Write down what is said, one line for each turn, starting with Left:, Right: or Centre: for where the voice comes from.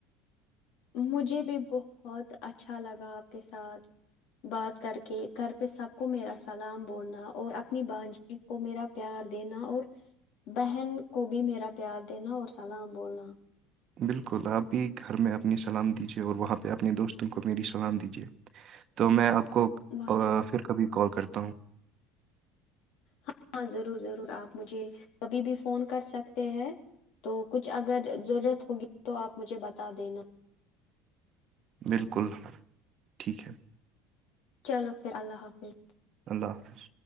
Left: مجھے بھی بہت اچھا لگا آپ کے ساتھ بات کر کے گھر پہ سب کو میرا سلام بولنا اور اپنی بانجی کو میرا پیار دینا اور بہن کو بھی میرا پیار دینا اور سلام بولنا
Right: بالکل آپ بھی گھر میں اپنی سلام دیجے اور وہاں پہ اپنے دوستوں کو میری سلام دیجے تو میں آپ کو
Left: وعلیکم
Right: کو پھر کبھی کال کرتے کہتا ہوں
Left: ہاں ہاں ضرور ضرور آپ مجھے کبھی بھی فون کر سکتے ہیں تو کچھ اگر ضرورت ہوگی تو آپ مجھے بتا دینا
Right: بالکل ٹھیک ہے
Left: چلو پھر اللہ حافظ
Right: اللہ حافظ